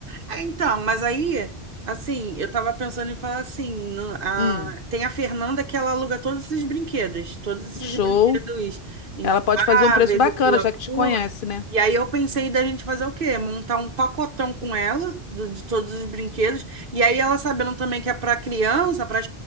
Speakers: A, on the right (about 55°); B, on the left (about 55°).
A: É, Então, mas aí, assim, eu tava pensando em falar assim, no- a-
B: Hum,
A: tem a Fernanda que ela aluga todos esses brinquedos, todos esses
B: show.
A: brinquedos infláveis,
B: Ela pode fazer um preço bacana,
A: o pula-pula.
B: já que te conhece, né?
A: E aí eu pensei da gente fazer o quê? Montar um pacotão com ela, do- de todos os brinquedos. E aí ela sabendo também que é para criança, para